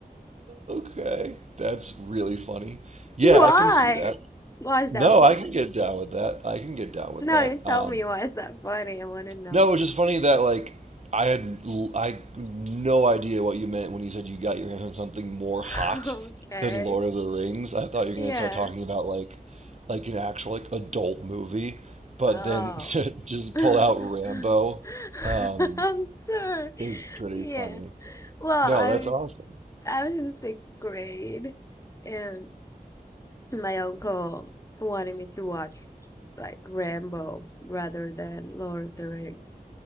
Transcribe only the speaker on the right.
okay, that's really funny. Yeah,
I can see that.
No,
I can get down with that. I can get down with
that.
Um,
no, it was just funny that like I had l- I no idea what you meant when you said you got your hands on something more
hot
than Lord of the Rings. I thought you were
gonna start talking about like like an actual like adult movie, but
then <laughs> to just
pull out Rambo um,
is pretty
funny.
No,
that's
awesome.